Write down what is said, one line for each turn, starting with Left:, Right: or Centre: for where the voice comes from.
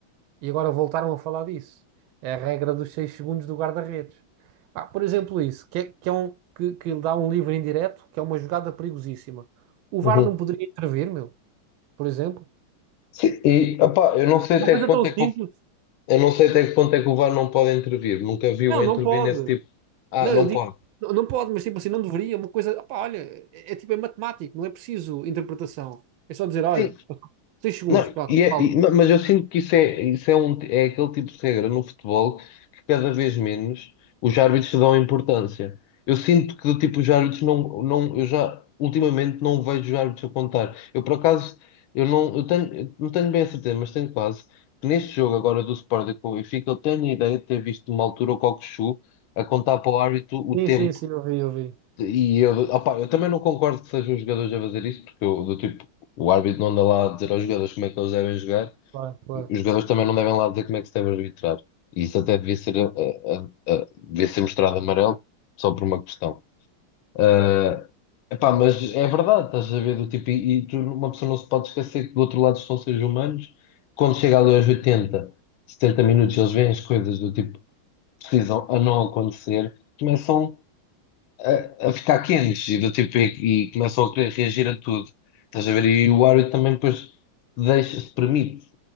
Right: E agora voltaram a falar disso. É a regra dos 6 segundos do guarda-redes. Pá, por exemplo, isso, que, é, que, é um, que, que dá um livre indireto, que é uma jogada perigosíssima. O
Left: Uhum.
Right: VAR não poderia intervir, meu, por exemplo.
Left: Sim, e opá, eu não sei até
Right: Uma coisa
Left: que ponto
Right: tão simples.
Left: é que o, eu não sei até que ponto é que o VAR não pode intervir. Nunca vi
Right: Não,
Left: o intervir
Right: não pode.
Left: nesse tipo. Ah,
Right: Não,
Left: não
Right: eu digo,
Left: pode.
Right: não, não pode, mas tipo assim, não deveria. Uma coisa, opá, olha, é, é tipo, é matemático, não é preciso interpretação. É só dizer, olha,
Left: Sim,
Right: 6 segundos,
Left: Não,
Right: pronto,
Left: e é-
Right: falta.
Left: e- não, mas eu sinto que isso é, isso é, um, é aquele tipo de regra no futebol que cada vez menos os árbitros dão importância. Eu sinto que tipo, os árbitros não, não, eu já ultimamente não vejo os árbitros a contar. Eu por acaso eu não, eu tenho, eu não tenho bem a certeza, mas tenho quase que neste jogo agora do Sporting com o Benfica, eu tenho a ideia de ter visto numa altura o Cockchu a contar para o árbitro o
Right: Sim,
Left: tempo
Right: sim, sim, eu vi, eu vi.
Left: e eu, opá, eu também não concordo que sejam os jogadores a fazer isso, porque eu, do tipo, o árbitro não anda lá a dizer aos jogadores como é que eles devem jogar,
Right: Claro, claro.
Left: os jogadores também não devem lá dizer como é que se deve arbitrar. E isso até devia ser, eh, eh, eh, devia ser mostrado amarelo só por uma questão. ah epá, mas é verdade, estás a ver do tipo, e, e tu- uma pessoa não se pode esquecer que do outro lado estão seres humanos, quando chega ali aos 80, 70 minutos, eles veem as coisas do tipo, precisam a não acontecer, começam a, a ficar quentes e do tipo e, e começam a querer reagir a tudo. Estás a ver? E o árbitro também depois deixa, se permite